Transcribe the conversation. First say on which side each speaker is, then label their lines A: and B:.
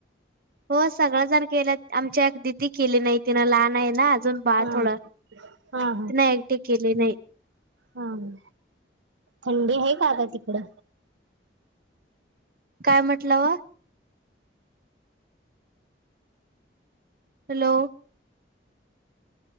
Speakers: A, on the right; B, on the right.
A: हो सगळजण केल्यात आमच्या एक दिदी केली नाही तिनं लहान आहे ना अजू न बाळ
B: हा
A: थोड तिनं
B: हा
A: एकटी केली नाही.
B: हां थंडी आहे का गं तिकड?
A: काय म्हटला वा? Hello!